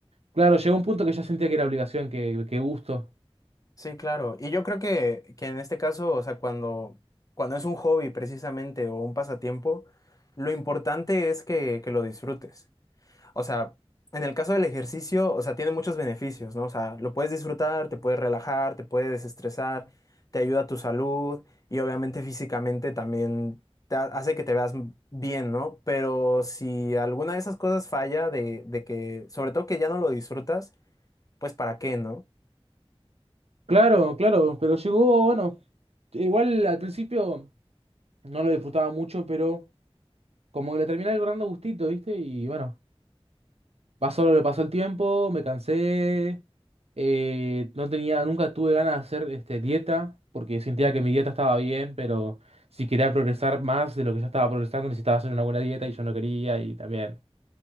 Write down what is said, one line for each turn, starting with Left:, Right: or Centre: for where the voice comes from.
Right: Claro, llegó un punto que ya sentía que era obligación, que, que gusto.
Left: Sí, claro. Y yo creo que, que en este caso, o sea, cuando, cuando es un hobby precisamente o un pasatiempo, lo importante es que, que lo disfrutes. O sea, en el caso del ejercicio, o sea, tiene muchos beneficios, ¿no? O sea, lo puedes disfrutar, te puedes relajar, te puedes desestresar, te ayuda a tu salud y obviamente físicamente también te ha- hace que te veas bien, ¿no? Pero si alguna de esas cosas falla, de, de que, sobre todo que ya no lo disfrutas, pues ¿para qué, no?
Right: Claro, claro, pero llegó, bueno, igual al principio no lo disfrutaba mucho, pero como que le terminé agarrando gustito, ¿viste? Y bueno. Pasó lo que pasó el tiempo, me cansé, eh, no tenía, nunca tuve ganas de hacer este, dieta, porque sentía
Left: Ujú.
Right: que mi dieta estaba bien, pero si quería progresar más de lo que yo estaba progresando, necesitaba hacer una buena dieta y yo no quería, y también